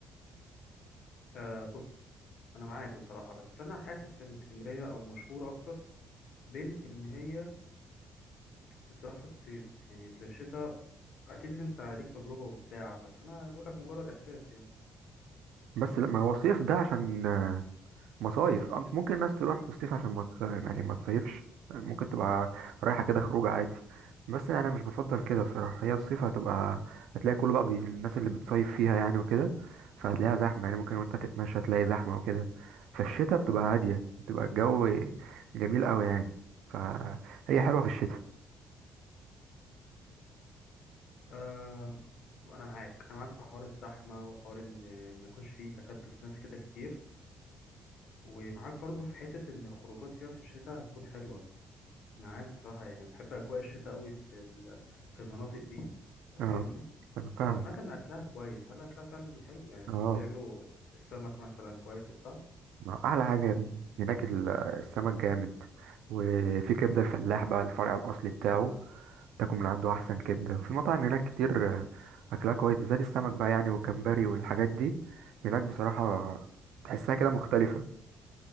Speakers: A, on the left; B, on the right.
A: آه بص انا معاك بصراحه بس انا حاسس ان اسكندريه او مشهوره اكتر بين ان هي بتروح في الصيف يعني الشتاء اكيد انت ليك تجربة وبتاع بس انا بقول لك مجرد احساس يعني
B: بس لا ما هو صيف ده عشان مصايف أم- ممكن الناس تروح في الصيف عشان ما تص- يعني ما تصيفش ممكن تبقى رايحة كده خروج عادي بس يعني أنا مش بفضل كده بصراحة هي الصيف هتبقى هتلاقي كله بقى بي... الناس اللي بتصيف فيها يعني وكده فهتلاقيها زحمة يعني ممكن وانت تتمشى تلاقي زحمة وكده في الشتاء بتبقى هادية بتبقى الجو جميل قوي يعني فهي حلوة في الشتاء
A: أه انا معاك انا معاك في حوار الزحمة وحوار ان ما يكونش فيه تكدس ناس كده كتير ومعاك برضو في حتة ان الخروجات فيها في الشتاء هتكون حلوة معاك بصراحة يعني بحب اجواء الشتاء قوي في ال- في المناطق دي انت
B: اه
A: فاهمني
B: انا فاهمك
A: طب انا سمعت ان اكلها كويس هل اكلها فعلا حلو يعني
B: اه
A: اسكندرية بيعملوا السمك مثلا كويس وبتاع
B: ما احلى حاجة هناك ال- السمك جامد وفي كبدة الفلاح بقى الفرع الأصلي بتاعه تاكل من عنده احسن كبده في مطاعم هناك كتير آه، اكلها كويس بالذات السمك بقى يعني والجمبري والحاجات دي هناك بصراحه تحسها كده مختلفه